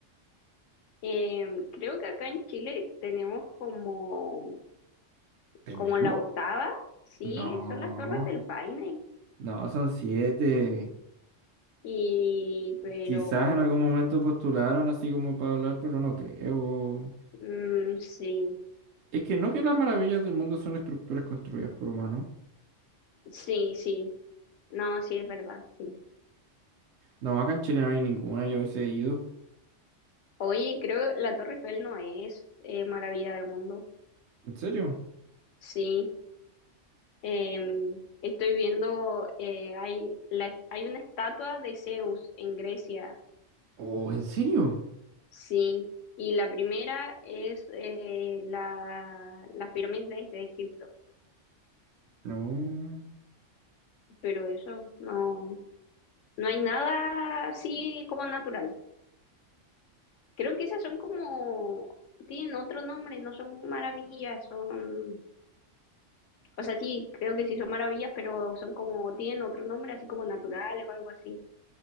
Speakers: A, on the left; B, on the right.
A: Em, creo que acá en Chile tenemos como,
B: ¿Tenemos?
A: como la octava, sí,
B: No.
A: son las Torres del Paine.
B: No, son siete.
A: Y, pero,
B: Quizás en algún momento postularon así como para hablar, pero no creo.
A: mm, sí,
B: Es que no que las maravillas del mundo son estructuras construidas por humanos.
A: sí, sí, no, sí, es verdad, sí.
B: No, acá en Chile no hay ninguna, ya hubiese ido.
A: Oye, creo que la Torre Eiffel no es eh, maravilla del mundo.
B: ¿En serio?
A: Sí, em, estoy viendo, eh, hay, la- hay una estatua de Zeus en Grecia
B: Oh, ¿en serio?
A: Sí, y la primera es eh, la, las pirámides de Egipto,
B: No.
A: pero eso no, no hay nada así como natural. Creo que esas son como, tienen otro nombre, no son maravillas, son, o sea, sí, creo que sí son maravillas, pero son como, tienen otro nombre así como natural o algo así.